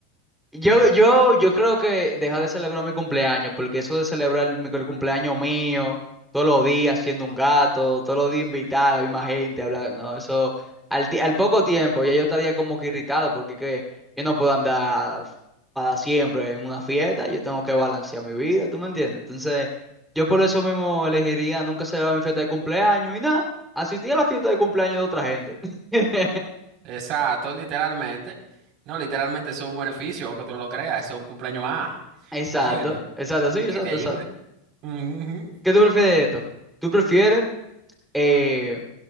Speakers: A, in the centre; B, on the right (about 45°).
A: Yo, yo, yo creo que deja de celebrar mi cumpleaños, porque eso de celebrar el, mi- el cumpleaños mío, todos los días siendo un gato, todos los días invitar a la misma gente, hablar, no, eso, al, ti- al poco tiempo, ya yo estaría como que irritado, porque que yo no puedo andar para siempre en una fiesta, yo tengo que balancear mi vida, ¿tú me entiendes? Entonces, yo por eso mismo elegiría nunca celebrar mi fiesta de cumpleaños y nada, asistir a la fiesta de cumpleaños de otra gente. <laughs>
B: Exacto, literalmente. No, literalmente eso es un beneficio, aunque tú no lo creas, eso es un cumpleaños más.
A: Exacto,
B: ¿Entiendes?
A: exacto, sí, exacto,
B: Que te ayude.
A: exacto.
B: Ujú.
A: ¿Qué tú prefieres de esto? ¿Tú prefieres eh,